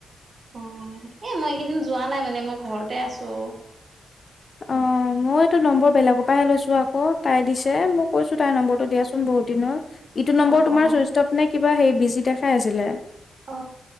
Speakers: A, on the right; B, on the left.
A: অ এ মই এইকেইদিন যোৱা নাই মানে মই ঘৰতে আছো।
B: অ। অ মই এইটো নম্বৰ বেলেগৰ পৰাহে লৈছো আকৌ তাই দিছে মই কৈছো তাই নম্বৰটো দিয়াচোন বহুত দিনত। ইটো নম্বৰ
A: অ
B: তোমাৰ
A: অ
B: চুইষ্টপ নে কিবা সেই বিজি দেখাই আছিলে।
A: অ।